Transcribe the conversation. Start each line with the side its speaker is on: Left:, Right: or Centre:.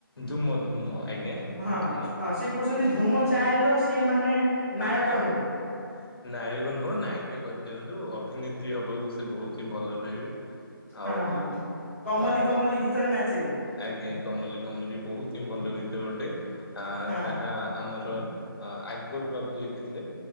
Left: ଧୂମ ଧୂମ ଆଜ୍ଞା
Centre: ହଁ
Left: ଧୂମ।
Centre: ସେ କହୁଛନ୍ତି ଧୂମ ଚାହିର ସିଏ ମାନେ ନାୟକ
Left: ନାୟକୁ
Centre: ହେବେ
Left: ନୁହଁ। ନାଇ ପରୀକ୍ଷା କରି ଦିଅନ୍ତୁ। ଅଭିନେତ୍ରୀ ହେବାକୁ ସେ ବହୁତ ହିଁ ଭଲ ରହିବେ। ଆଉ
Centre: ହଁ ହଁ କମଲି
Left: ହଁ
Centre: କମଲି ଗୀତରେ ନାଚିବେ।
Left: ଆଜ୍ଞା କମଲି କମଲି ବହୁତ ହିଁ ଭଲ ଗୀତ ଗୋଟେ। ଆ
Centre: ହଁ
Left: ତାହା ଆମର ଆକବର ବାବୁ ଲେଖିଥିଲେ।